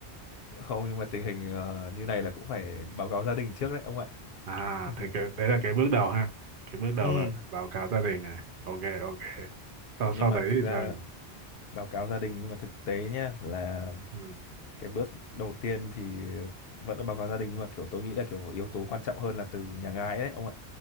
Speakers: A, on the left; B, on the right.
A: Không nhưng mà tình hình ờ, như này là cũng phải báo cáo gia đình trước đấy ông ạ.
B: À,
A: <laughs>
B: thì cái đấy là cái bước đầu ha. Cái bước đầu
A: Ừ,
B: là báo cáo gia đình này. Ok, ok. Sau
A: nhưng
B: sau
A: mà
B: đấy
A: thực
B: thì
A: ra
B: sao nhỉ?
A: báo cáo gia đình nhưng mà thực tế nhá là
B: Ừ.
A: cái bước đầu tiên thì vẫn là báo cáo gia đình nhưng mà kiểu tôi nghĩ là kiểu yếu tố quan trọng hơn là từ nhà gái đấy ông ạ